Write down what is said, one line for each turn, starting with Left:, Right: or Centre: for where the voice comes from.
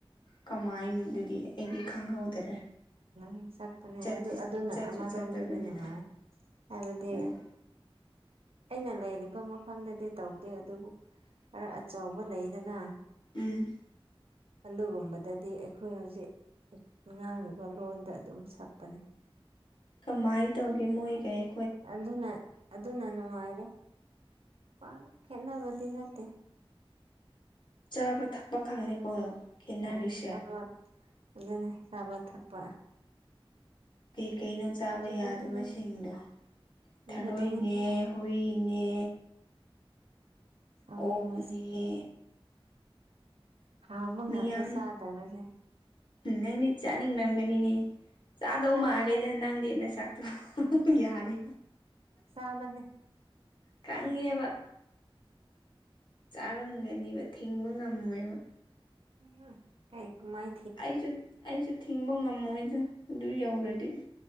Left: ꯀꯃꯥꯏꯅ ꯑꯗꯨꯗꯤ ꯑꯩꯗꯤ ꯈꯪꯍꯧꯗꯔꯦ
Right: ꯝ ꯁꯛꯄꯅꯦ
Left: ꯆꯠꯇꯤ
Right: ꯑꯗꯨꯅ
Left: ꯆꯠꯁꯨ
Right: ꯑꯃꯔꯣꯝꯗꯗꯤ
Left: ꯆꯠꯇꯕꯅꯤꯅ
Right: ꯅꯨꯡꯉꯥꯏ ꯍꯥꯏꯕꯗꯤ
Left: ꯎꯝ
Right: ꯑꯩꯅ ꯂꯩꯔꯤꯕ ꯃꯐꯝꯗꯗꯤ ꯇꯧꯗꯦ ꯑꯗꯨꯕꯨ ꯈꯔ ꯑꯆꯧꯕ ꯂꯩꯗꯅ
Left: ꯎꯝ
Right: ꯑꯗꯨꯒꯨꯝꯕꯗꯗꯤ ꯑꯩꯈꯣꯏ ꯍꯧꯖꯤꯛ ꯉꯥꯡꯉꯤꯕ ꯂꯣꯟꯗ ꯑꯗꯨꯝ ꯁꯛꯄꯅꯦ
Left: ꯀꯃꯥꯏ ꯇꯧꯒꯦ ꯃꯣꯏꯒꯩ
Right: ꯑꯗꯨꯅ ꯑꯗꯨꯅ ꯅꯨꯡꯉꯥꯏꯔꯦ ꯄꯥꯛ ꯈꯦꯠꯅꯕꯗꯤ ꯅꯠꯇꯦ
Left: ꯆꯥꯕ ꯊꯛꯄ ꯈꯪꯅꯤꯀꯣ ꯈꯦꯠꯅꯔꯤꯁꯦ
Right: ꯎꯝ ꯆꯥꯕ ꯐꯖꯅꯤ ꯆꯥꯕ ꯊꯛꯄ
Left: ꯀꯩꯀꯩꯅꯣ ꯆꯥꯕ
Right: ꯑꯗꯨꯗꯒꯤꯅꯤ
Left: ꯌꯥꯗꯕꯁꯤꯡꯗꯣ
Right: ꯑꯗꯨꯗꯒꯤꯅꯤ
Left: ꯊꯗꯣꯏꯏꯅꯦ ꯍꯨꯏꯅꯦ
Right: ꯁꯥꯎꯅꯤꯡꯕꯁꯦ
Left: ꯑꯣꯛꯅꯤ
Right: ꯍꯥꯎ ꯃꯉꯥꯛꯇ
Left: ꯃꯤꯌꯥꯝ
Right: ꯆꯗꯔꯁꯦ
Left: ꯅꯪꯗꯤ ꯆꯥꯅꯤꯡ ꯅꯝꯒꯅꯤꯅꯦ ꯆꯥꯗꯧ
Right: ꯆꯥꯏꯗ
Left: ꯃꯥꯜꯂꯦꯗꯅ ꯅꯪꯗꯤ ꯅ ꯁꯛ ꯇꯨ ꯌꯥꯗ
Right: ꯁꯥꯃꯅꯤ
Left: ꯀꯪꯉꯦꯕ ꯆꯥꯔꯝꯒꯅꯦꯕ ꯊꯤꯡꯕ ꯉꯝꯃꯣꯏꯕ
Right: ꯎꯝ ꯀꯥꯏ ꯃꯥꯥꯏ
Left: ꯑꯩꯁꯨ ꯑꯩꯁꯨ ꯊꯤꯡꯕ ꯉꯝꯃꯣꯏꯗ ꯑꯗꯨ ꯌꯧꯔꯗꯤ